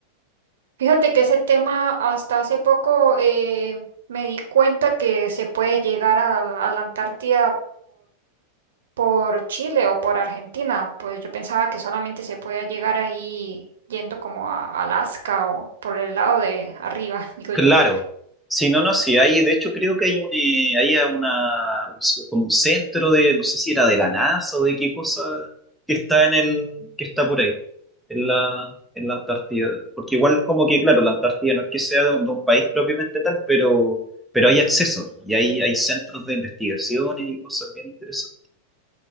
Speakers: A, on the right (about 60°); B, in the centre.
A: Fíjate que ese tema hasta hace poco eh, me di cuenta que se puede llegar a, a la Antártida por Chile o por Argentina. Pues yo pensaba que solamente se podía llegar ahí yendo como a Alaska o por el lado de arriba, <laughs> digo
B: Claro,
A: yo.
B: si no, no, sí, hay, de hecho creo que hay un, eh, hay una, un s- como un centro de, no sé si era de la NASA o de qué cosa, que está en el, que está por ahí, en la, en la Antártida. Porque igual como que, claro, la Antártida no es que sea de un, de un país propiamente tal, pero, pero hay acceso y hay, hay centros de investigación y cosas bien interesantes.